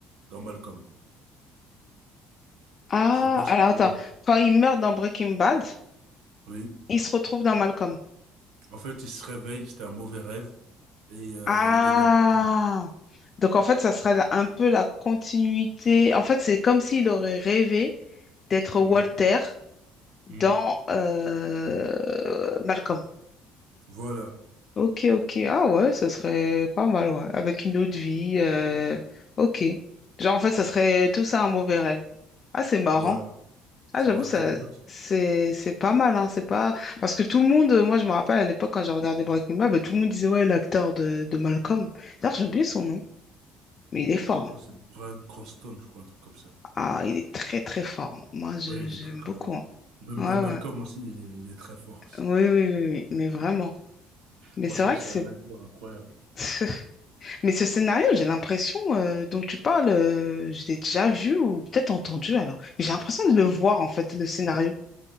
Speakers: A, on the right; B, on the left.
A: dans Malcolm.
B: Ah,
A: Je sais pas si
B: alors
A: tu...
B: attends. Quand il meurt dans Breaking Bad,
A: Oui,
B: il se retrouve dans Malcolm.
A: en fait, il se réveille, c'était un mauvais rêve, et euh,
B: Ah!
A: il est dans Malcolm.
B: Donc en fait, ça serait la- un peu la continuité. En fait, c'est comme s'il aurait rêvé d'être Walter
A: Mm,
B: dans
A: mm.
B: euh, Malcolm.
A: Voilà,
B: Ok, ok. Ah ouais, ça serait pas mal, ouais. Avec une autre vie. euh, Ok. Genre, en fait, ça serait tout ça un mauvais rêve. Ah, c'est marrant.
A: voilà.
B: Ah,
A: Ça
B: j'avoue,
A: aurait
B: ça,
A: été drôle.
B: c'est, c'est pas mal, hein, c'est pas, parce que tout le monde, euh, moi, je me rappelle à l'époque quand j'ai regardé Breaking Bad, bah, tout le monde disait, ouais, l'acteur de, de Malcolm. D'ailleurs, j'ai oublié son nom, mais il est fort.
A: Je crois
B: hein.
A: que c'est Brian Cranston, je crois, un truc comme ça.
B: Ah, il est très, très fort. hein. Moi, je-
A: Oui, il
B: j'aime
A: est très très
B: beaucoup.
A: fort.
B: hein.
A: Même
B: Ouais,
A: dans Malcolm
B: ouais.
A: aussi, il est, il est très fort aussi.
B: Oui, oui, oui, oui, mais vraiment. Mais
A: Franchement,
B: c'est vrai
A: c'est
B: que c'est,
A: un acteur incroyable.
B: <laughs> mais ce scénario, j'ai l'impression, euh, dont tu parles, euh, je l'ai déjà vu ou peut-être entendu, alors. Mais j'ai l'impression de le voir, en fait, le scénario.